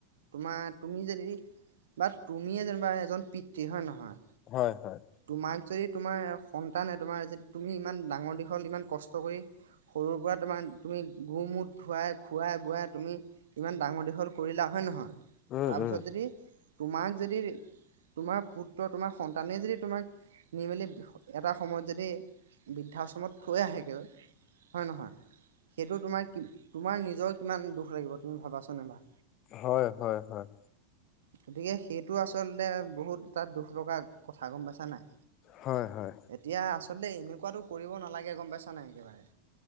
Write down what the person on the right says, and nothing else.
তোমাৰ তুমি যদি বা তুমিয়ে যেনিবা এজন পিতৃ হয় নে নহয়
তোমাক যদি তোমাৰ সন্তানে তোমাৰ যে তুমি ইমান ডাঙৰ দীঘল ইমান কষ্ট কৰি সৰুৰ পৰা তোমাৰ তুমি গু, মূত, ধুৱাই- খুৱাই -বোৱাই তুমি ইমান ডাঙৰ দীঘল কৰিলা হয় নহয়
তাৰপিছত
যদি তোমাক যদি তোমাৰ পুত্ৰ তোমাৰ সন্তানে যদি তোমাক নিমেলি এটা সময়ত যদি বৃদ্ধাশ্ৰমত থৈ আহেগৈ হয় -নহয় সেইটো তোমাৰ কি তোমাৰ নিজৰ কিমান দুখ লাগিব তুমি ভাবাচোন এবাৰ।
গতিকে সেইটো আচলতে বহুত এটা দুখ লগা কথা গম পাইছা নাই।
এতিয়া আচলতে এনেকুৱাটো কৰিব নালাগে গম পাইছা নাই একেবাৰে